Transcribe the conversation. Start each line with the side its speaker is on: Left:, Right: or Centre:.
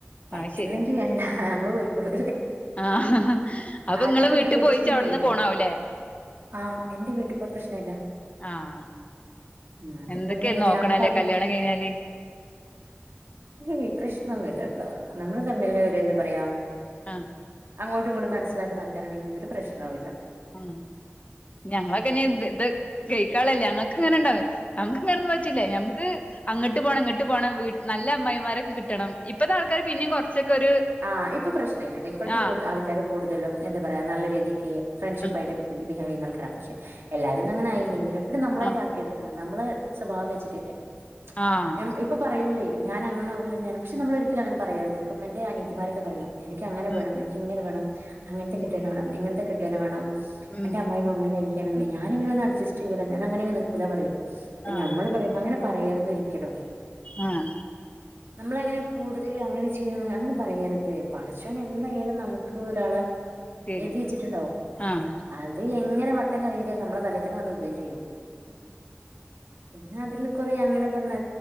Right: പറ്റൂല്ലെങ്കി
Left: അത് ശരിയാ
Right: വേണ്ട നമ്മള് പോയിക്കൊടു
Left: ആഹ് അപ്പൊ
Right: ആദ്യൊക്കെ
Left: ഇങ്ങള് വീട്ടി
Right: പേദിച്ചിട്ട്
Left: പോയിച്ച്
Right: ഇങ്ങനെ
Left: അവിടുന്ന്
Right: ഇരിക്കും
Left: പോണാവൂല്ലേ
Right: ആഹ എന്റെ വീട്ടിൽപ്പ പ്രശ്നല്ല
Left: ആഹ
Right: എന്നാ പിന്നെ
Left: എന്തൊക്കെയ
Right: നമ്മളിങ്ങനെ
Left: നോക്കണ
Right: നമുക്ക്
Left: അല്ലേ
Right: അതി
Left: കല്യാണം കഴിഞ്ഞാല്
Right: ഏയ് പ്രശ്നൊന്നുല്ല ട്ടോ നമ്മള് തമ്മില് ഒരന്താ പറയാ
Left: ആഹ
Right: അങ്ങോട്ടും ഇങ്ങട്ടും മനസിലാക്കുന്ന ആൾക്കാറാണെങ്കിൽ ഒരു പ്രശ്നുല്ല ഒരു പ്രശ്നവില്ല
Left: ഉ ഞങ്ങളൊക്കെനിത് കഴിക്കാനിള്ളല്ലേ ഞങ്ങൾക്ക് ഇങ്ങനണ്ടാവേ നമുക്ക് ഇങ്ങനൊന്നും പറ്റില്ല ഞമ്മക്ക് അങ്ങട്ട് പോണം ഇങ്ങട്ട് പോണം നല്ല അമ്മായിമാരൊക്കെ കിട്ടണം ഇപ്പഴത്തെ ആൾക്കാാര് പിന്നെയും കുറച്ചൊക്കെ ഒരു
Right: ആഹ് ഇപ്പൊ പ്രശനില്ലണ്ട ഇപ്പോഴത്തെ
Left: ആഹ്
Right: ക <unintelligible> ആൾക്കാരും കൂടുതലും എന്താ പറയാ നല്ല രീതിക്ക് ഫ്രണ്ട്ഷിപ്പായിട്ട്
Left: ആഹ്
Right: ബിഹേവ് ചെയ്യ്ന്ന ആൾക്കാരാ പക്ഷെ എല്ലാരും ഒന്നും അങ്ങനായില്ലെങ്കിലും പിന്ന നമ്മളായിട്ട്
Left: ആഹ് ആഹ്
Right: ആാക്കിയെടുക്കണം നമ്മള് സ്വഭാവം വെച്ചിട്ടില്ലേ
Left: ആഹ്
Right: ഞം <unintelligible> ഇപ്പൊ പറയൂലേ ഞാനങ്ങനെ ആകൂല്ല ഞൻ പക്ഷ നമ്മള് ഒരിക്കലും അങ്ങന പറയരുത് ഇപ്പ എന്റെ അന ക <unintelligible> ത്തിമാരൊക്കെ പറയും എനിക്ക് അങ്ങനെ
Left: ഉം
Right: വേണം എനിക്ക് ഇങ്ങനെ വേണം അങ്ങനത്തെ
Left: ഉം
Right: കെട്ടിയോനേവണം ഇങ്ങനത്തെ കിട്ട കന <unintelligible> വേണം എന്റെ
Left: ഉം
Right: അമ്മായിമ്മങ്ങനാണ് ണം <unintelligible> ഞാനി ങ്ങന ഒന്ന് അഡ്ജസ്റ്റ് ചെയ്യൂല്ല ഞാനങ്ങെങ്നെ നിക്കൂന്ന പറയൂ
Left: ആഹ്
Right: നഞമ്മള് പറയുമ്പോ അങ്ങനെ പറയര് ഒരി <unintelligible> ക്കലോ
Left: ആഹ
Right: നമ്മള അങ്ങനെ കൂടുതല അങ്ങനെ ചെയ്യണോ അങ്ങന പറയരുത് പടച്ചോന് എന്തായാലും നമുക്ക് ഒരാളെ
Left: ശരി
Right: എഴ്തി വെച്ചിട്ടുണ്ടാവും
Left: ആഹ്
Right: അത് ഇങ്ങന വട്ടം കറങ്ങയിട്ട് നമ്മള തലേതന്നെ വന്ന് വീയേയും ചെയ്യും പിന്നെ അതില് കൊറെ അങ്ങനെ പറഞ്ഞ